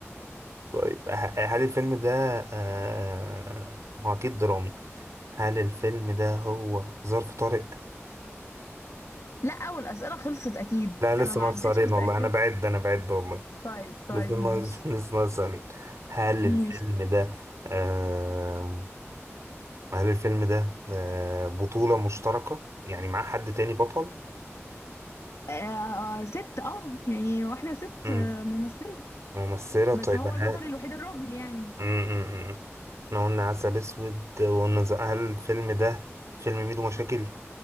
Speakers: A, on the right; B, on the left.
A: طيب ه- هل الفيلم ده آه هو أكيد درامي هل الفيلم ده هو ظرف طارق؟
B: لا اول اسئله خلصت اكيد
A: لا لسه
B: انا ما
A: ناقص
B: عدتش
A: علينا
B: متاكده
A: والله أنا بعد أنا بعد والله
B: طيب طيب
A: لسه ناقص
B: ماشي
A: <laughs> لسه ناقص علينا هل الفيلم
B: ماشي
A: ده آه هل الفيلم ده آه بطولة مشتركة يعني معاه حد تاني بطل؟
B: آه ست اه يعني واحده ست
A: مم.
B: آه، ممثله
A: ممثلة طيب
B: بس هو
A: هل
B: البطل الوحيد الراجل يعني
A: مم، مم، مم. احنا قلنا عسل أسود وقلنا ز- هل الفيلم ده فيلم ميدو مشاكل؟